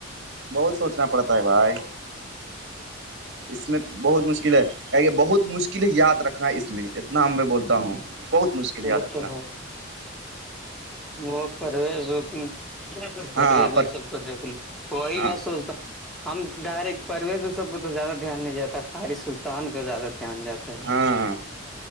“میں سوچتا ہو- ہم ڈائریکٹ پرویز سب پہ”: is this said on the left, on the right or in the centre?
Centre